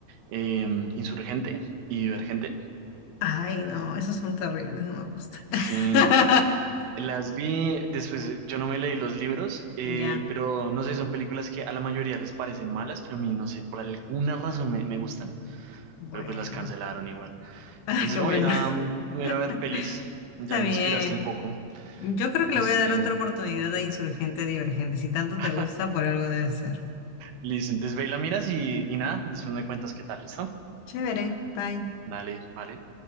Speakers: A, on the right (about 85°); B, on the left (about 75°).
A: eh, Insurgente y Divergente.
B: Ay, no, esos son terribles, no me gustan. <laughs>
A: Sí, las vi, después yo no me leí los libros, eh,
B: Ya,
A: pero no sé, son películas que a la mayoría les parecen malas, pero a mí no sé, por alguna razón me, me gustan,
B: bueno.
A: pero pues las cancelaron igual.
B: Ay,
A: Entonces
B: qué
A: me
B: bueno.
A: voy a ir a, me
B: <laughs>
A: voy
B: Está
A: a ir a ver pelis, ya me
B: bien.
A: inspiraste un poco,
B: Yo creo
A: entonces
B: que le voy a dar
A: te...
B: otra oportunidad a Insurgente Divergente. Si tanto
A: <laughs>
B: te gusta, por algo debe ser.
A: Listo, entonces ve y la miras y, y nada, después me cuentas qué tal, ¿listo?
B: Chévere, bye.
A: Dale, vale.